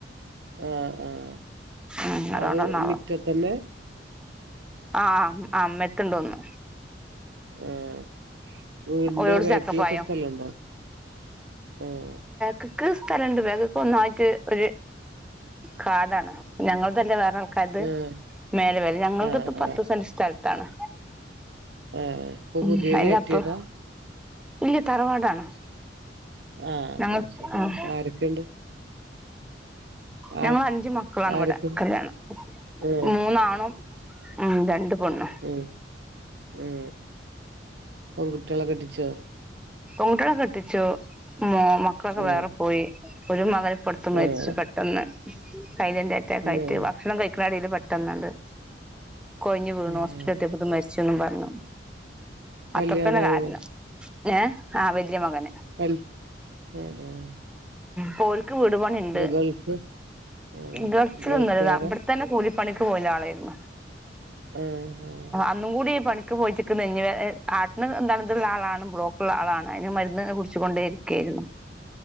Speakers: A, on the right; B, in the centre.
A: ആഹ് ആഹ്
B: ഉം അതുകൊണ്ടന്നാവാം
A: അത് മിറ്റത്തന്നെ?
B: ആഹ് ആഹ് ആമ്മെത്തണ്ടോന്നു
A: ഏഹ് വീടിന്റെ
B: ഓരോട്
A: ബേക്ക്ൽക്കെ
B: ചക്കപ്പായം
A: സ്ഥലുണ്ടോ? ആഹ്
B: ക്ക്ക് സ്ഥലംണ്ട് വേഗക് ഒന്നായിട്ട് ഒരു കാടാണ് ഞങ്ങൾതല്ലെ വേറാൾ കത്
A: ആഹ്
B: മേലവല ഞങ്ങളത്
A: ആഹ്
B: ഇപ്പ
A: ആഹ്
B: പത്ത് സെന്റ് സ്ഥലത്താണ്.
A: ഏഹ് ഇപ്പൊ
B: ഉം
A: പുതിയേകെറ്റിതാ?
B: അയിന്റെ അപ്പറം ഇല്ല തറവാടാണ്.
A: ആഹ്
B: ഞങ്ങൾ
A: ശെരി
B: ആഹ്
A: ആരൊക്കെണ്ട്?
B: ഞങ്ങൾ
A: ആ
B: അഞ്ചു മക്കളാണ്
A: ആരൊക്കെണ്ട്?
B: ഇവിടെ കല്യാണം
A: ആഹ്
B: മൂന്നാണും ഉം രണ്ട് പെണ്ണും
A: ഉം ഉം പെൺകുട്ടിളെ കെട്ടിച്ചോ?
B: പെൺകുട്ട്യളെ കെട്ടിച്ചു മ് മക്കളൊക്കെ
A: ആഹ്
B: വേറെ പോയി ഒരു മകൻ പടുത്ത് മരിച്
A: ആഹ്
B: പെട്ടന്ന് സൈലന്റ്റ്റാക്കയിട്ട്
A: ആഹ്
B: ഭക്ഷണം കഴിക്ണ എടെൽ പെട്ടന്നണ്ട് കൊഴഞ്ഞു വീണു
A: ആഹ്
B: ഹോസ്പിറ്റല് എത്തിയപൊ മരിച്ചൊന്നും പറഞ്ഞു
A: കല്യാണായോ?
B: അത്രത്തന്നെ കാരണം. ഏഹ് ആഹ് വെലിയ മകന്.
A: എൽ അഹ് അഹ്
B: പോൽക്ക് വീട്പണിണ്ട്
A: ഗൾഫ്? ആഹ്
B: ഗൾഫിലൊന്നല്ല
A: ഗൾഫുകാരാ?
B: അവിടെത്തന്നെ കൂലി പണിക്ക് പോയിനെ ആളായിന്നു.
A: ആഹ് ഏഹ്
B: ഇന്നും കൂടി ഈ പണിക്ക് പോയിറ്റിക്ക് നെഞ്ചുവേദന ഹാർട്ടിൻ ഇതള ആളാണ് ബ്ലോക്ക് ഉള്ള ആളാണ് അതിന് മരുന്നിനെ കുറിച്ചു കൊണ്ടേ ഇരിക്കായിരുന്നു